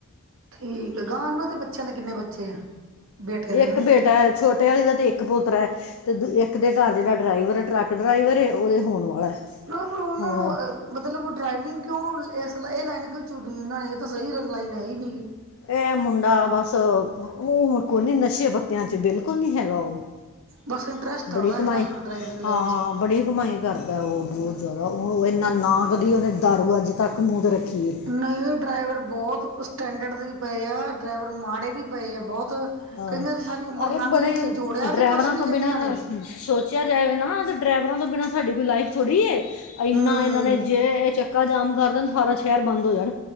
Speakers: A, on the right (about 60°); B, on the left (about 65°).
A: ਠੀਕ ਆ, ਗਾਂ ਉਹਨਾਂ ਦੇ ਬੱਚਿਆਂ ਦੇ ਕਿੰਨੇ ਬੱਚੇ ਆ। ਬੇਟੇ ਦੇ
B: ਇੱਕ
A: ਨਾ।
B: ਬੇਟਾ, ਛੋਟੇ ਵਾਲੀ ਦਾ ਤੇ ਇੱਕ ਪੋਤਰਾ ਹੈ। ਅਤੇ ਦ ਇੱਕ ਦੇ ਘਰ, ਜਿਹੜਾ ਡਰਾਈਵਰ ਟਰੱਕ ਡਰਾਈਵਰ, ਉਦੇ ਹੋਣ ਵਾਲਾ ਐ
A: ਉਹਨਾਂ ਨੂੰ ਮਤਲਬ ਡਰਾਈਵਿੰਗ ਕਿਉਂ? ਇਸ ਇਹ ਲਾਈਨ ਕਿਉਂ ਚੁਣੀ, ਇਹਨਾਂ ਨੇ ਇਹ ਤਾਂ ਸਹੀ ਲਾਈਨ ਹੈਈ ਨਹੀਂ ਗੀ।
B: ਇਹ ਮੁੰਡਾ ਬਸ ਮੂੰਹ ਕੋਨੀ ਨਸ਼ੇ ਪੱਤਿਆਂ ਚ, ਬਿਲਕੁਲ ਨੀ ਹੈਗਾ ਉਹ
A: ਬਸ ਇੰਟਰਸਟ ਆ,
B: ਬੜੀ
A: ਉਹਦਾ
B: ਕਮਾਈ
A: ਹੈ ਨਾ, ਡਰਾਈਵਿੰਗ ਲਾਈਨ
B: ਹਾਂ
A: ਚ
B: ਬੜੀ ਕਮਾਈ ਕਰਦਾ। ਉਹ ਬਹੁਤ ਜ਼ਿਆਦਾ, ਉਹ ਇੰਨਾ ਨਾ ਕਦੀ ਉਹਨੇ ਦਾਰੂ ਅੱਜ ਤੱਕ ਮੂੰਹ ਤੇ ਰੱਖੀ।
A: ਨਹੀਂ ਡਰਾਈਵਰ ਬਹੁਤ ਸਟੈਂਡਰਡ ਵੀ ਪਏ ਆ, ਡਰਾਈਵਰ ਮਾੜੇ ਵੀ ਪਏ ਆ ਬਹੁਤ।
B: ਆਹ
A: ਕਈਆਂ ਦੀ ਸਾਰੀ ਉਮਰ
B: ਅਰੇ,
A: ਲੰਘ
B: ਬੜੇ
A: ਗਈ ਜੋੜਿਆ ਵੀ
B: ਡਰਾਈਵਰਾਂ
A: ਕੁਛ ਨੀ
B: ਤੋਂ
A: ਕਈਆਂ
B: ਬਿਨਾਂ
A: ਨੇ
B: ਸੋਚ ਸੋਚਿਆ ਜਾਵੇ ਨਾ ਤੇ ਡਰਾਈਵਰਾਂ ਤੋਂ ਬਿਨਾਂ ਸਾਡੀ ਕੋਈ ਲਾਈਫ ਥੋੜ੍ਹੀ ਐ, ਐਨਾ
A: ਹੂੰ
B: ਇਹਨਾਂ ਨੇ ਜੇ ਇਹ ਚ ਚੱਕਾ ਜਾਮ ਕਰ ਦੇਣ ਸਾਰਾ ਸ਼ਹਿਰ ਬੰਦ ਹੋ ਜਾਣ।